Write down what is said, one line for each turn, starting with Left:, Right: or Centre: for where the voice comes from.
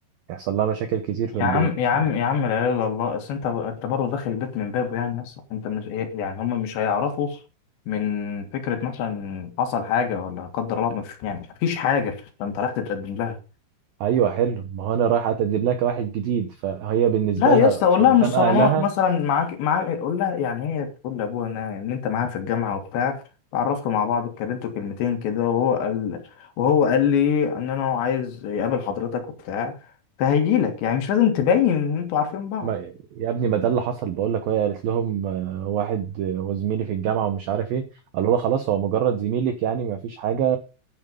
Right: يحصل لها مشاكل كتير في البيت
Left: يا عم يا
Right: ف-
Left: عم يا عم لا اله الا الله اصل انت انت برضه داخل البيت من بابه يعني ناس انت مش إيه، يعني هم مش هيعرفوا من فكره مثلا حصل حاجه ولا قدر الله مش يعني مفيش حاجه فانت رايح تتقدم لها
Right: أيوه حلو ما هو أنا رايح أتقدم لك واحد جديد فهي بالنسبة
Left: لا
Right: لها
Left: يا اسطى قول
Right: قدام
Left: لها مش صالونات
Right: أهلها
Left: مثلا معاك معاك قول لها يعني هي تقول لابوها ان إن انت معاها في الجامعه وبتاع اتعرفتوا مع بعض اتكلمتوا كلمتين كده وهو قال وهو قال لي ان انا عايز يقابل حضرتك وبتاع فهيجي لك يعني مش لازم تبين ان انتوا عارفين بعض
Right: ما يا ابني ما ده اللي حصل بقول لك وهي قالت لهم آه، واحد آه، وزميلي في الجامعه ومش عارف ايه قالوا لها خلاص هو مجرد زميلك يعني ما فيش حاجه